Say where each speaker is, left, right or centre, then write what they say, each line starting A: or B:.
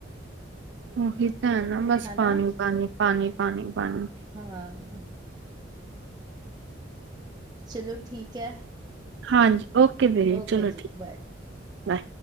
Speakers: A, on the right; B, on the right.
A: ਉਹੀ ਤਾਂ ਹੈ ਨਾ ਬਸ
B: ਹਨਾ
A: ਪਾਣੀ, ਪਾਣੀ, ਪਾਣੀ, ਪਾਣੀ, ਪਾਣੀ।
B: ਹਾਂ ਚਲੋ ਠੀਕ ਹੈ।
A: ਹਾਂਜੀ ਓਕੇ ਦੀਦੀ
B: ਓਕੇ
A: ਚਲੋ
B: ਜੀ
A: ਠੀਕ
B: ਬਾਏ।
A: ਬਾਏ